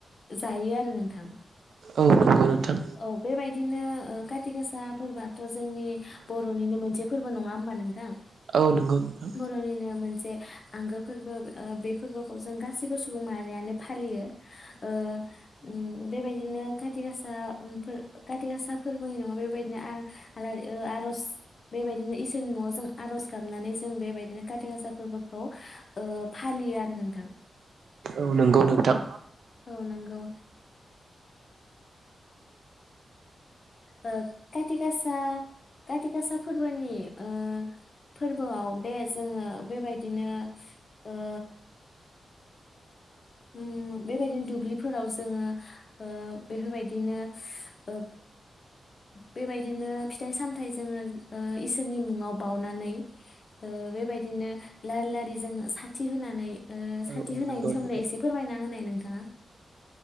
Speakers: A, on the left; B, on the right.
A: जायो आरो नोंथां।
B: औ नंगौ नोंथां
A: औ बेबायदिनो खाथि गासा फोरबोआथ जोंनि बरनिनो मोनसे नङा होमबा नोंथां
B: औ नंगौ नोंथां
A: बर'नि मोनसे आंगो फोरबो ओ बे फोरबोखौ जों गासिबो सुबुं माहारियानो फालियो ओ उम बेबायदिनो खाथिगासा फोरबो खाथिआसा नङा बेबायदिनो आलारि ओ आरज बेबायदिनो इसोरनि नआव जों आरज गाबनानै जों बेबायदिनो खााति गासा फोरबोखौ फालियो आरो नोंथां।
B: औ नंगौ नोंथां।
A: औ नंगौ। ओ खाथिगासा खाथि गासा फोरबोनि ओ फोरबोआव दे जोङो बेबायदिनो ओ उम बेबायदिनो दुब्लिफोराव जोङो ओ बेफोरबायदिनो ओ बेबायदिनो फिथाइ सामथाइ जोङो ओ इसोरनि मुङाव बाउनानै ओ बेबायदिनो लारि लारि जोङो साथि होनानै ओ बिदि
B: औ औ
A: होनायनि
B: नंगौ
A: सोमोन्दै
B: नोंथां
A: एसे फोरमायना होनाय नोंथाङा